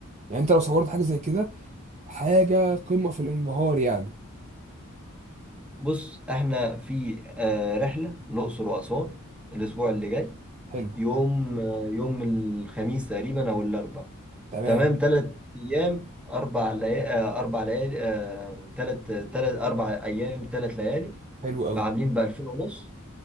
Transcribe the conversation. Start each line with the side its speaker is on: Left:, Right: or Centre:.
Right: يعني انت لو صورت حاجه زي كده حاجه قمه في الانبهار يعني
Centre: بص احنا في آه، رحله الاقصر واسوان الاسبوع اللي جاي
Right: حلو
Centre: يوم آه، يوم الخميس تقريبا او الاربع
Right: تمام
Centre: تمام ثلاث ايام اربع ليالي اربع ليالي ثلاث ثلاث اربع ايام ثلاث ليالي
Right: حلو قوي
Centre: بعاملين ب 2000 ونص